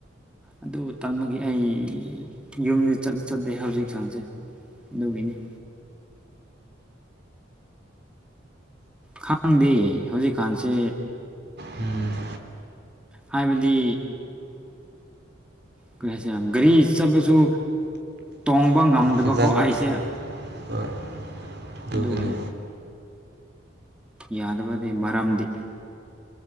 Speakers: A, in the centre; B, on the right.
A: ꯑꯗꯨ ꯇꯥꯟꯕꯒꯤ ꯑꯩ ꯌꯨꯝꯗꯤ ꯆꯠꯇꯤ ꯆꯠꯇꯦ ꯍꯧꯖꯤꯛ ꯆꯥꯟꯁꯦ ꯑꯗꯨꯒꯤꯅꯤ ꯈꯥꯡꯗꯦ ꯍꯧꯖꯤꯛꯀꯥꯟꯁꯦ
B: ꯎꯝ
A: ꯍꯥꯏꯕꯗꯤ ꯀꯩ ꯍꯥꯏꯁꯤꯔ ꯒꯥꯔꯤ ꯆꯠꯄꯁꯨ ꯇꯣꯡꯕ ꯉꯝꯗꯕꯀꯣ
B: ꯐꯖꯅ
A: ꯑꯩꯁꯦ
B: ꯍꯣꯏ ꯑꯗꯨꯒꯤꯅꯤ
A: ꯑꯗꯨ ꯑꯣꯏꯅꯤ ꯌꯥꯗꯕꯗꯤ ꯃꯔꯝꯗꯤ